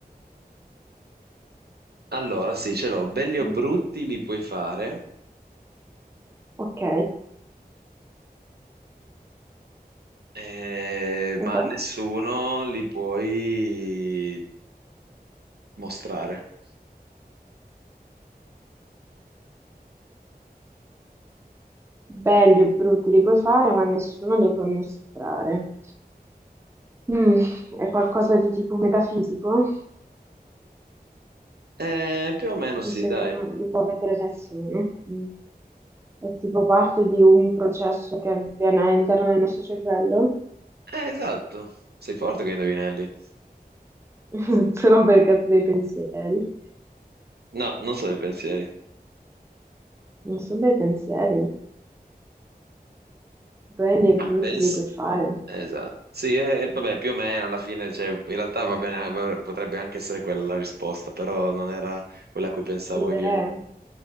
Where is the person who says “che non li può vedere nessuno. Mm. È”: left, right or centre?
Right